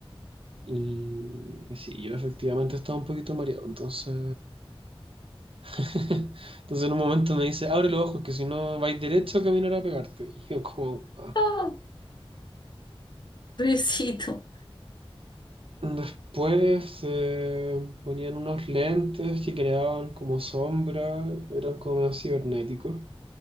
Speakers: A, on the right; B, on the left.
A: Y sí, yo efectivamente estaba un poquito mareado, entonces... <laughs> entonces en un momento me dice, abre los ojos, que si no vais derecho caminará a pegarte. <laughs> Y yo como... "Ah".
B: Ah, <laughs> pobrecito.
A: Después se ponían unos lentes que creaban como sombra, eran como medio cibernéticos.